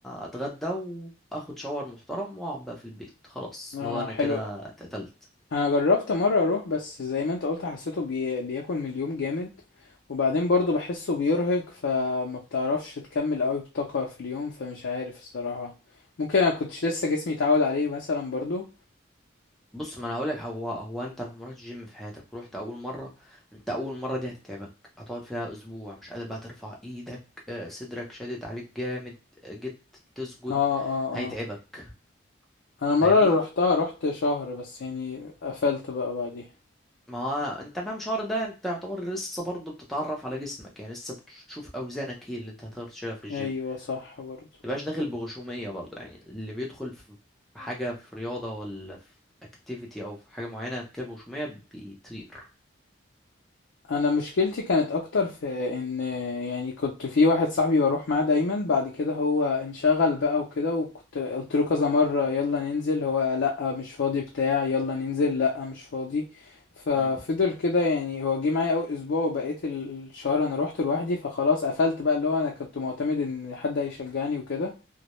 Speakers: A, in the centre; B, on the left (about 80°).
A: اتغدى واخد شاور محترم واقعد بقى في البيت خلاص
B: اه
A: اللي هو انا
B: حلو
A: كده اتقتلت
B: انا جربت مره اروح بس زي ما انت قلت حسيته بي... بياكل من اليوم جامد وبعدين برضو بحسه بيرهق فما بتعرفش تكمل قوي بطاقه في اليوم فمش عارف الصراحه ممكن انا كنتش لسه جسمي اتعود عليه مثلا برضو
A: بص ما انا هقولك هو هو انت لو ما رحتش جيم في حياتك ورحت اول مره انت اول مره دي هتتعبك هتقعد فيها اسبوع مش قادر بقى ترفع ايدك آه، صدرك شادد عليك جامد آه، جيت تسجد
B: اه اه
A: هيتعبك
B: اه انا المره
A: فاهمني
B: اللي روحتها روحت شهر بس يعني قفلت بقى بعديها
A: ما هو انت فاهم شهر ده انت يعتبر لسه برضه بتتعرف على جسمك يعني لسه بتشوف اوزانك ايه اللي انت هتقدر تشيلها في الجيم
B: ايوه صح برضو
A: متبقاش داخل بغشومية برضه يعني اللي بيدخل في في حاجة في رياضة ولا في اكتيفيتي او في حاجة معينة كده بغشومية بيطير
B: انا مشكلتي كانت اكتر في ان يعني كنت في واحد صاحبي بروح معاه دايما بعد كده هو انشغل بقى وكده وكنت قلت له كذا مرة يلا ننزل هو لا مش فاضي بتاع يلا ننزل لا مش فاضي ففضل
A: مم.
B: كده يعني هو جه معايا اول اسبوع وبقيت الشهر انا روحت لوحدي فخلاص قفلت بقى اللي هو انا كنت معتمد ان حد هيشجعني وكده